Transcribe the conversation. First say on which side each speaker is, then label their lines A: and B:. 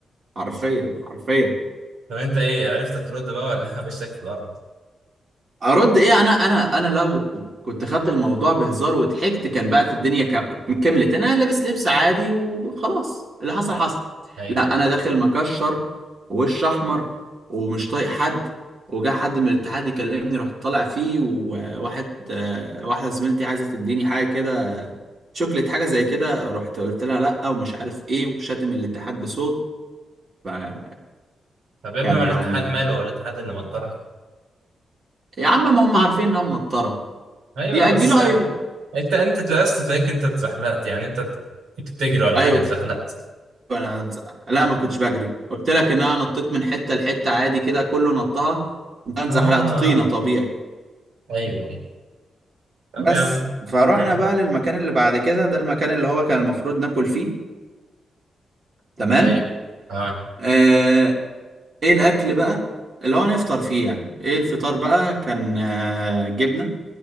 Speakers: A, on the right; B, on the right.
A: حرفيا حرفيا
B: طب انت ايه عرفت ترد بقى ولا <laughs> وشك في الارض
A: ارد ايه انا انا انا لو كنت خدت الموضوع بهزار وضحكت كان بقت الدنيا ك- كملت انا لابس لبس عادي وخلاص اللي حصل
B: آه،
A: حصل
B: ايوه
A: لا
B: ايوه
A: انا داخل مكشر ووش احمر ومش طايق حد وجا حد من الاتحاد يكلمني رحت طالع فيه وواحد آه، واحده زميلتي عايزه تديني حاجه كده شوكليت حاجه زي كده رحت قلت لها لا ومش عارف ايه وشاتم الاتحاد بصوت فكان
B: طب يا ابني
A: يعني
B: هو الاتحاد ماله هو الاتحاد اللي مطرها
A: يا عم ما هم عارفين ان انا مطره
B: ايوه
A: ياجلوها
B: بس يعني
A: يوم
B: انت انت تلاقيت تلاقيك انت اتزحلقت يعني انت كنت بتجري ولا
A: ايوه
B: حاجه اتزحلقت
A: انا هتز- لا ما كنتش بجري قلت لك ان انا نطيت من حته لحته عادي كده كله نطها قمت انا اتزحلقت
B: اه
A: طينه طبيعي
B: ايوه ايوه طب
A: بس
B: يا عم
A: فروحنا
B: امم
A: بقى للمكان اللي بعد كده ده المكان اللي هو كان المفروض ناكل فيه تمام
B: ايوه اه
A: آه... ايه الاكل بقى اللي هو نفطر فيه يعني ايه الفطار بقى كان آه... جبنه